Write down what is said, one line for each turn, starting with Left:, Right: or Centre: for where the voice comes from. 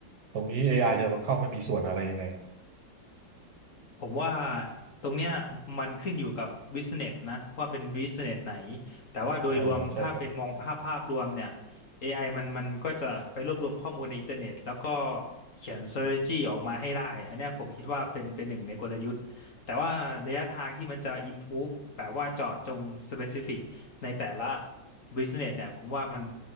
Right: ตรงนี้ AI จะเข้ามามีส่วนอะไรยังไง
Left: ผมว่าตรงเนี้ยมันขึ้นอยู่กับบิสเนสนะว่าเป็นบิสเนสไหนแต่ว่าโดยรวมถ้าเป็นมองภาพภาพรวมเนี่ย
Right: เออใช่ครับ
Left: AI มันมันก็จะไปรวบรวมข้อมูลในอินเทอร์เน็ตแล้วก็เขียน strategy ออกมาให้ได้อันเนี้ยผมคิดว่าเป็นเป็นหนึ่งในกลยุทธ์แต่ว่าระยะทางที่มันจะ improve แบบว่าเจาะจง specific ในแต่ละ business เนี่ยผมว่ามัน